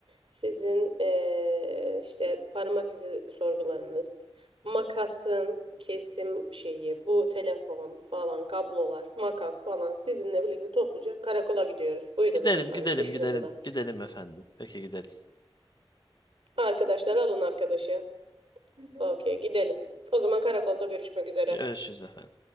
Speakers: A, on the right; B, on the left.
A: sizin eee, işte parmak izi sorgularınız, makasın kesim şeyi, bu telefon falan, kablolar, makas falan sizinle birlikte topluca karakola gidiyoruz. Buyurunuz
B: Gidelim
A: efendim,
B: gidelim
A: düşün
B: gidelim
A: önüme.
B: gidelim efendim. Peki gidelim.
A: Arkadaşlar alın arkadaşı. Okey, gidelim. O zaman karakolda görüşmek üzere.
B: Görüşürüz efendim.